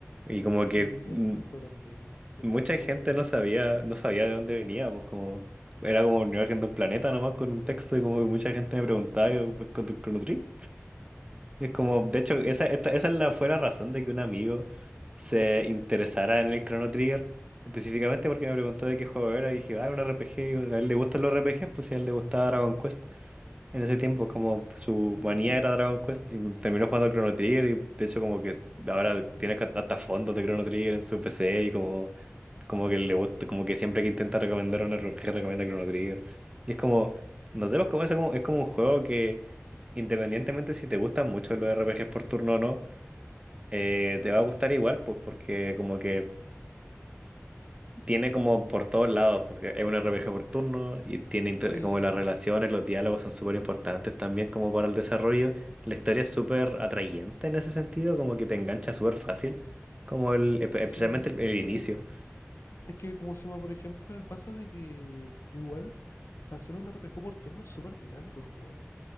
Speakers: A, on the right; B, on the left.
A: Y como
B: Sí,
A: que
B: yo
A: mm,
B: un tiempo también la
A: mucha
B: tenía
A: gente
B: como fondo
A: no
B: de pantalla.
A: sabía, no sabía de dónde venía, pues como era como una imagen de un planeta nomás con un texto, y como que mucha gente me preguntaba, yo, pues, con tu Chrono Trigger. Es como, de
B: Sí,
A: hecho, esa, esta- esa es la, fue la razón de que un amigo se interesara en el Chrono Trigger, específicamente porque me preguntó de qué juego era y dije, ah, un RPG, y yo, a él le gustan los RPGs, pues si a él le gustaba Dragon Quest. En ese tiempo, como su
B: mm,
A: manía era Dragon Quest, y terminó jugando Chrono Trigger y de hecho como que ahora tiene ca- hasta fondos de Chrono Trigger en su PC y como como que le gusta, como que siempre que intenta recomendar un RPG recomienda Chrono Trigger. Y es como, no sé, pues como es como- es como un juego que independientemente si te gustan mucho los RPGs por turno o no, eh, te va a gustar igual, pues porque como que tiene como por todos lados, porque es un RPG por turno y tiene inter-
B: sí,
A: como las relaciones, los diálogos son súper importantes también como para el desarrollo. La historia es súper atrayente en ese sentido, como que te engancha súper fácil, como el, espe- especialmente
B: sí,
A: el,
B: es
A: el
B: que,
A: inicio.
B: es que como se llama, por ejemplo, el pasa de que igual para hacer un RPG por turno es súper dinámico el juego,